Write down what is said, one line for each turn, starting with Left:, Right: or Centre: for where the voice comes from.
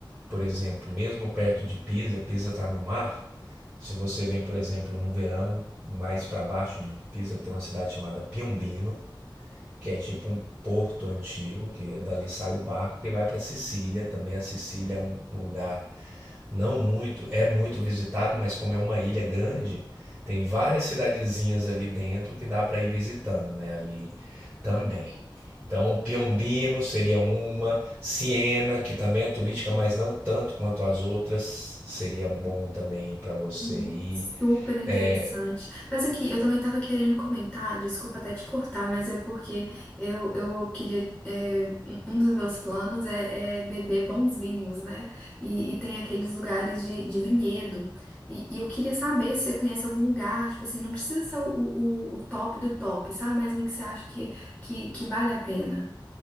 Right: por exemplo, mesmo perto de Pisa, Pisa está no mar. Se você vem, por exemplo, no verão, mais para baixo de Pisa, tem uma cidade chamada Piombino, que é tipo um porto antigo, que dali sai o barco que vai para Sicília. Também a Sicília é um um lugar não muito, é muito visitado, mas como é uma ilha grande, tem várias cidadezinhas ali dentro que dá para ir visitando, né? Ali também. Então, Piombino seria uma, Siena, que também é turística, mas não tanto quanto as outras, seria bom também para você
Centre: Hum,
Right: ir.
Centre: Super interessante.
Right: É,
Centre: Mas aqui, eu também estava querendo comentar, desculpa até te cortar, mas é porque eu, eu queria. é, um um dos meus planos é, é beber bons vinhos, né? E, e tem aqueles lugares de, de vinhedo. E, e eu queria saber se você conhece algum lugar, tipo assim, não precisa ser o, o, o top do top, sabe? Mas um que você acha que, que, que vale a pena.